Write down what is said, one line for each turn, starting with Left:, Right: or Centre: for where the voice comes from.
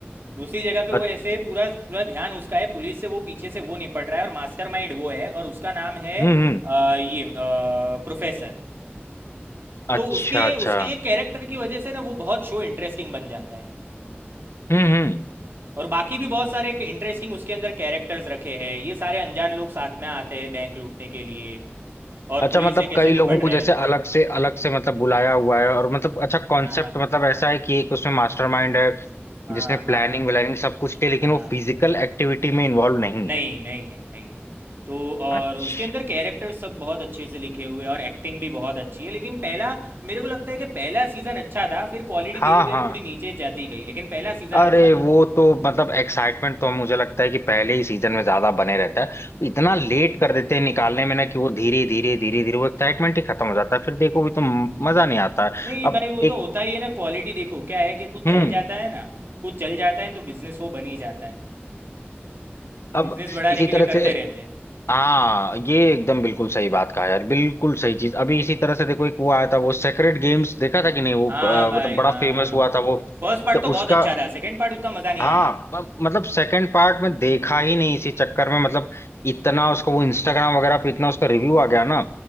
Right: दूसरी जगह पे वो
Left: अच्छा
Right: ऐसे पूरा पूरा ध्यान उसका है पुलिस से वो पीछे से वो निपट रहा है और मास्टरमाइंड वो है और उसका नाम है
Left: हम्म हम्म
Right: अ, ये आ, प्रोफेसर
Left: अच्छा
Right: तो उसके
Left: अच्छा
Right: उसके एक कैरेक्टर की वजह से ना वो बहुत शो इंटरेस्टिंग बन जाता है
Left: हम्म हम्म
Right: और बाकी भी बहुत सारे इंटरेस्टिंग उसके अंदर कैरेक्टर्स रखे हैं ये सारे अनजान लोग साथ में आते हैं बैंक लूटने के लिए और
Left: अच्छा
Right: पुलिस
Left: मतलब
Right: से कैसे
Left: कई
Right: निपट
Left: लोगों को
Right: रहे
Left: जैसे
Right: हैं
Left: अलग से अलग से मतलब बुलाया हुआ है और मतलब अच्छा कॉन्सेप्ट
Right: हाँ
Left: मतलब ऐसा है कि एक उसमें मास्टरमाइंड है
Right: हाँ
Left: जिसने
Right: हाँ
Left: प्लानिंग व्लानिंग सब कुछ की लेकिन
Right: हाँ
Left: वो फिजिकल एक्टिविटी में इन्वॉल्व नहीं
Right: नहीं
Left: है
Right: नहीं है नहीं है तो और
Left: अच्छा
Right: उसके अंदर कैरेक्टर सब बहुत अच्छे से लिखे हुए हैं और एक्टिंग भी बहुत अच्छी है लेकिन पहला मेरे को लगता है कि पहला सीज़न अच्छा था फिर क्वालिटी
Left: हाँ
Right: धीरे धीरे
Left: हाँ
Right: थोड़ी नीचे जाती गई लेकिन पहला सीज़न
Left: अरे
Right: अच्छा था
Left: वो तो मतलब एक्साइटमेंट तो मुझे लगता है कि पहले ही सीजन में ज्यादा बने रहता है इतना लेट कर देते हैं निकालने में ना कि वो धीरे धीरे धीरे धीरे वो एक्साइटमेंट ही खत्म हो जाता है फिर देखो भी तो म- मजा नहीं आता है
Right: नहीं
Left: अब
Right: भाई वो
Left: एक
Right: तो होता ही है ना क्वालिटी देखो क्या है कि कुछ
Left: हम्म
Right: चल जाता है ना कुछ चल जाता है तो बिजनेस वो बन ही जाता है
Left: अब
Right: बिजनेस बढ़ाने
Left: इसी
Right: के
Left: तरह
Right: लिए करते
Left: से
Right: रहते हैं
Left: हाँ ये एकदम बिल्कुल सही बात कहा यार बिल्कुल सही चीज अभी इसी तरह से देखो एक वो आया था वो सेक्रेड गेम्स देखा था कि नहीं वो
Right: हाँ
Left: अ,
Right: भाई
Left: मतलब बड़ा
Right: हाँ
Left: फेमस हुआ था वो
Right: फर्स्ट पार्ट
Left: तो
Right: तो बहुत
Left: उसका
Right: अच्छा था सेकंड पार्ट उतना मज़ा नहीं
Left: हाँ
Right: आया
Left: प- मतलब सेकंड पार्ट में देखा ही नहीं इसी चक्कर में मतलब इतना उसका वो इंस्टाग्राम वगैरह पे इतना उसका रिव्यू आ गया ना